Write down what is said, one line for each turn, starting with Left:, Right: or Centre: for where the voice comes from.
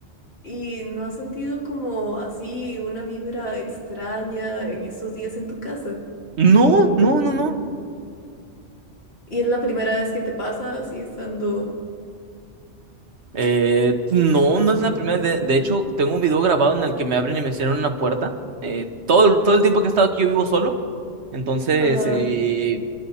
Left: ¿y no has sentido como así una vibra extraña en estos días en tu casa?
Right: No, no, no, no.
Left: ¿Y es la primera vez que te pasa así estando...
Right: Eh, no, no es la primera. De, de hecho, tengo un video grabado en el que me abren y me cierran una puerta. Eh, todo, el- todo el tiempo que he estado aquí yo vivo solo. Entonces,
Left: Ajá.
Right: eh,